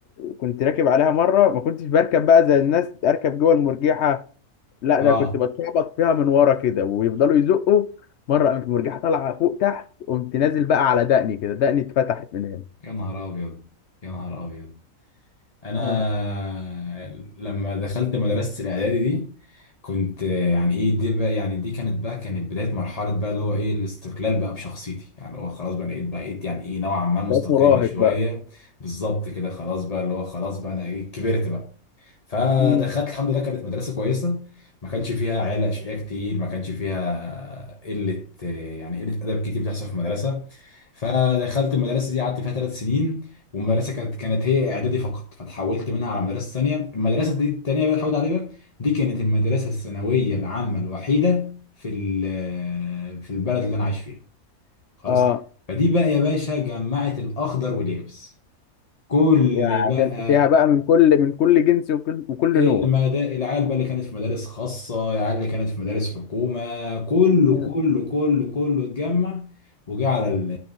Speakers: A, on the left (about 65°); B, on the left (about 30°).
A: كنت راكب عليها مره ما كنتش بركب بقى زي الناس اركب جوه المرجحه لا
B: اه
A: ده كنت بتشعبط فيها من ورا كده ويفضلوا يزقوا مره قامت المرجحه طالعه فوق تحت قمت نازل بقى على دقني كده دقني اتفتحت من هنا
B: يا نهار ابيض يا نهار ابيض انا
A: اه
B: لما دخلت مدرسه الاعدادي دي كنت يعني ايه دي بقى يعني دي كانت بقى كانت بدايه مرحله بقى اللي هو ايه الاستقلال بقى بشخصيتي يعني هو خلاص بقى لقيت بقيت يعني ايه نوعا ما مستقل
A: بقيت مراهق
B: شويه
A: بقى
B: بالظبط كده خلاص بقى اللي هو خلاص بقى انا ايه كبرت بقى فدخلت
A: امم
B: الحمد لله كانت مدرسة كويسة ما كانش فيها عيال أشقياء كتير ما كانش فيها قلة يعني قلة أدب كتير بتحصل في المدرسة فدخلت المدرسة دي قعدت فيها ثلاث سنين والمدرسة كانت كانت هي إعدادي فقط فتحولت منها على مدرسة ثانية المدرسة دي التانية اللي اتحولت عليها دي كانت المدرسة الثانوية العامة الوحيدة في ال- في البلد اللي أنا عايش فيها خلاص
A: اه
B: فدي بقى يا باشا جمعت الأخضر واليابس كل
A: يعني
B: بقى
A: عشان فيها بقى من كل من كل جنس وكل وكل
B: المدا...
A: نوع
B: العيال بقى اللي كانت في مدارس خاصة العيال اللي كانت في مدارس حكومة كله
A: يا.
B: كله كله كله اتجمع وجه على ال-